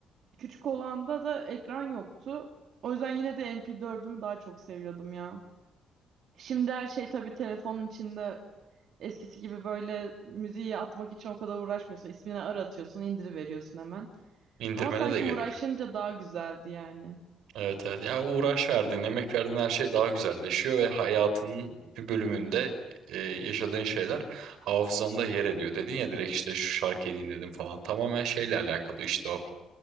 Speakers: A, on the right; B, on the right.
A: Küçük olanda da ekran yoktu. O yüzden yine de MP4'ümü daha çok seviyordum ya. Şimdi her şey tabii telefonun içinde Eskisi gibi böyle müziği atmak için o kadar uğraşmıyorsun. İsmini aratıyorsun, indiriveriyorsun hemen.
B: indirmene
A: Ama sanki
B: de gerek
A: uğraşınca
B: yok.
A: daha güzeldi yani.
B: Evet evet. Yani uğraş verdiğin, emek verdiğin her şey daha güzelleşiyor ve hayatının bir bölümünde e, yaşadığın şeyler hafızanda yer ediyor. Dedin ya direkt işte şu şarkıyı dinledim falan. Tamamen şeyle alakalı işte o.